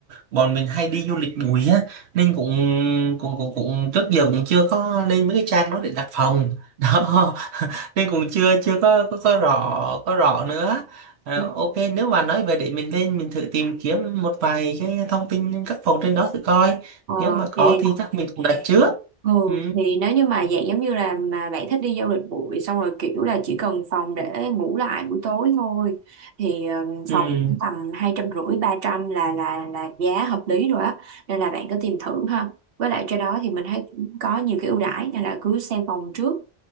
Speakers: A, on the right (about 85°); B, on the right (about 65°).
A: bọn mình hay đi du lịch bụi á nên cũng cũng cũng cũng trước giờ cũng chưa có lên mấy cái trang đó để đặt phòng <laughs> đó nên cũng chưa chưa có có, có rõ có rõ nữa à,
B: Ừ.
A: ok nếu mà nói về để mình lên mình thử tìm kiếm một vài cái thông tin các phòng trên đó thử coi
B: Ờ,
A: nếu mà có
B: thì
A: thì chắc mình cũng đặt trước
B: Ừ,
A: ừ
B: thì nếu như mà dạng giống như là mà bạn thích đi du lịch bụi xong rồi kiểu là chỉ cần phòng để ngủ lại buổi tối thôi thì ừm, phòng
A: ừ
B: tầm hai trăm rưỡi ba trăm là là là giá hợp lý rồi á nên là bạn cứ tìm thử ha với lại trên đó thì mình thấy cũng có nhiều cái ưu đãi nên là cứ xem phòng trước